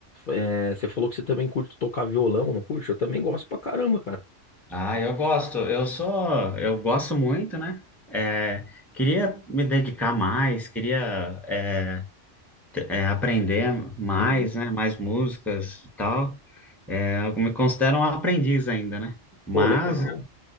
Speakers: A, on the left; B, in the centre.
A: É, você falou que você também curte tocar violão, não curte? Eu também gosto pra caramba, cara.
B: Ah, eu gosto. Eu sou. Eu gosto muito, né? É, queria me dedicar mais, queria é, te- é, aprender mais,
A: Uhum.
B: né? Mais músicas e tal. É, eu me considero um aprendiz ainda, né? Mas.
A: Pô, legal,